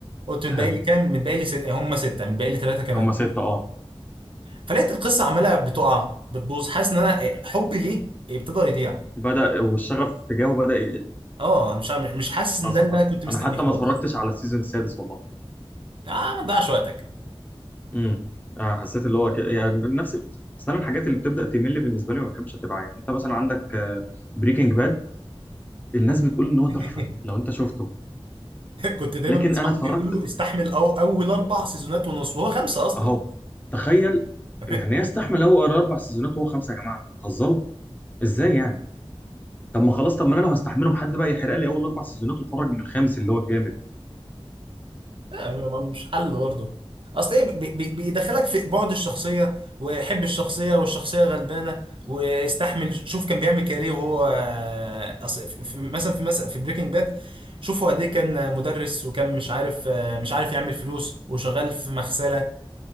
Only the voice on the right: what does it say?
قلت متبقي
لي كام متبقي لي ست... هم سته متبقي لي ثلاثه كمان
فلقيت القصه عماله بتقع بتبوظ حاسس ان انا إيه، حبي ليه ابتدى يضيع
اه أنا مش عارف- مش حاسس ان
ده اللي
انا كنت مستنيه
خالص
اه ما تضيعش وقتك
<laughs>
كنت دايما
بسمع
بيقولوا استحمل أو اول اربع سيزونات ونص وهو خمسه اصلا
<laughs>
لا ما- مش حل برضه اصل ايه بي- بي- بيدخلك في بعد الشخصيه وحب الشخصيه والشخصيه غلبانه واستحمل شوف كان بيعمل كده ليه وهو اصل في- في- مثلا في مثلا في بريكنج باد شوف هو قد ايه كان مدرس وكان مش عارف مش عارف يعمل فلوس وشغال في مغسله